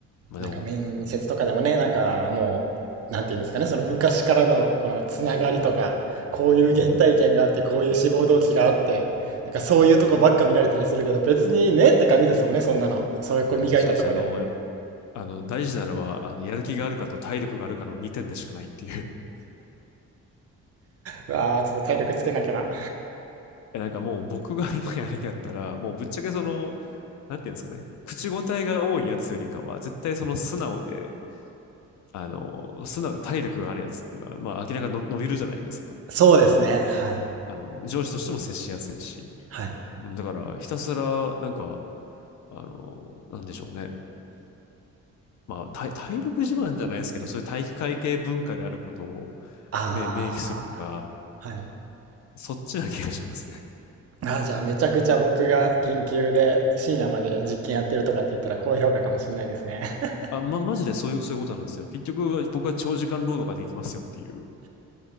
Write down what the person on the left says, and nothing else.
まあでも、
うん。
いや、そうですね。あの、あの、大事なのは、あの、やる気があるかと体力があるかの2点でしかないっていう。
<laughs> え、なんかもう僕が今やる気だったら、もうぶっちゃけその、なんていうんですかね、口答えが多いやつよりかは、絶対その素直で、あの、素直で体力があるやつっていうのは、まあ明らかに伸びるじゃないですか。
あの、上司としても接しやすいし。
だから、ひたすら、なんか、あの、なんでしょうね。まあ、体、体力自慢じゃないですけど、そういう体育会系文化であることを、
ね、明記するとか、
そっちな気がしますね。
あ、ま、マジでそういう、そういうことなんですよ。結局、僕は長時間労働ができますよっていう。